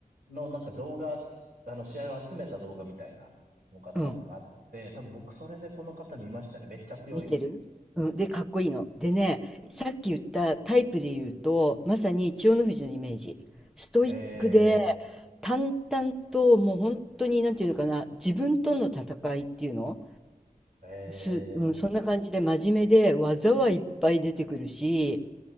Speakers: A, on the right; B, in the centre.
A: のなんか動画つ、あの、試合を集めた動画みたいなのが多分あって、
B: うん。
A: 多分僕それでこの方見ましたね。めっちゃ強いみたい
B: 見てるうん、で、かっこいいの。でね、さっき言ったタイプで言うと、まさに千代の富士のイメージ。ストイックで、
A: な。へえ
B: 淡々と、もう本当に、なんていうのかな、自分との戦いっていうの
A: ー、へえ
B: す、うん、そんな感じで真面目で、技はいっぱい出てくるし、